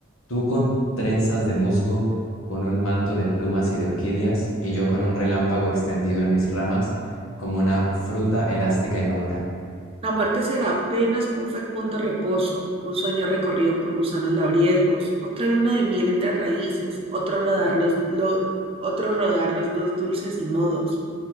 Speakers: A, on the left (about 80°); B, on the right (about 30°).
A: tú con trenzas de musgo, con un manto de plumas y de orquídeas, y yo con un relámpago extendido en mis ramas, como una fruta elástica y madura.
B: La muerte será apenas un fecundo reposo, un sueño recorrido por gusanos labriegos, otra luna de miel entre raíces, otro rodar los, lo- otro rodar los dos dulces y mudos,